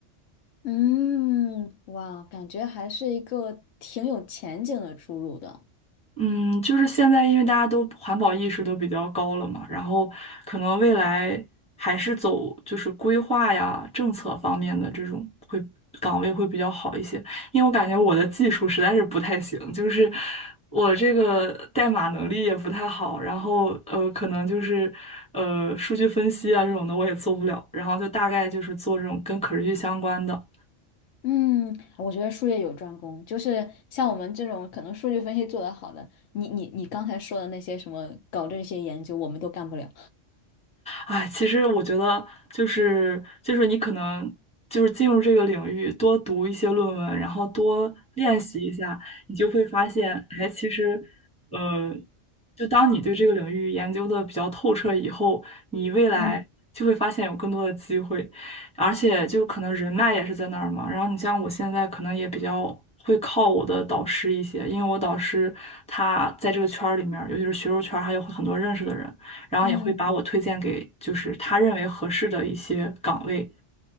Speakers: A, on the left (about 80°); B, in the centre.
A: 嗯，哇，感觉还是一个挺有前景的出路的。
B: 嗯，就是现在，因为大家都环保意识都比较高了嘛，然后可能未来还是走就是规划呀、政策方面的这种会岗位会比较好一些，因为我感觉我的技术实在是不太行，就是我这个代码能力也不太好，然后呃，可能就是呃数据分析啊这种的我也做不了，然后就大概就是做这种跟可持续相关的。
A: 嗯，我觉得术业有专攻，就是像我们这种可能数据分析做得好的，你你你刚才说的那些什么搞这些研究，我们都干不了。
B: 哎，其实我觉得就是就是你可能就是进入这个领域，多读一些论文，然后多练习一下，你就会发现，哎，其实，呃，就当你对这个领域研究的比较透彻以后，你未来就会发现有更多的机会，
A: 嗯
B: 而且就可能人脉也是在那儿嘛。然后你像我现在可能也比较。会靠我的导师一些，因为我导师他在这个圈儿里面儿尤其是学术圈儿还有很多认识的人。然后也会把我推荐给就是他认为合适的一些岗位。
A: 嗯，